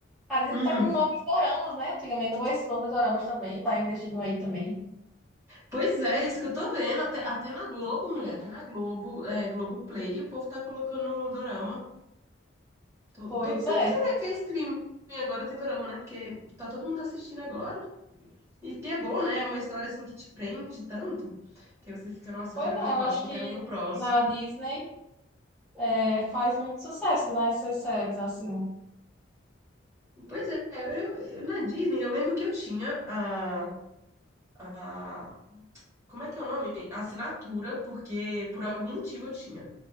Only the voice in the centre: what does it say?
A Disney
tá com novos doramas, né? Antigamente, esses novos doramas também, tá investindo aí também.
Pois
é.
Pois
é,
eu acho que
na Disney é, faz muito sucesso, né? Essas séries, assim.